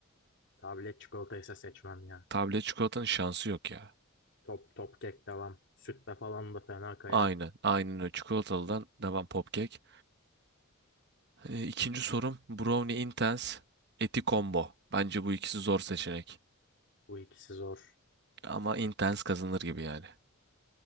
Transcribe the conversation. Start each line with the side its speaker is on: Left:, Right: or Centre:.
Left: Tablet çikolataysa seçmem ya.
Right: Tablet çikolatanın şansı yok ya.
Left: Top top kek devam. Sütle falan da fena kayar.
Right: Aynen. Aynen o çikolatalıdan devam popkek. Eee, İkinci sorum Brownie Intense Eti Combo. Bence bu ikisi zor seçenek.
Left: Bu ikisi zor.
Right: Ama Intense kazanır gibi yani.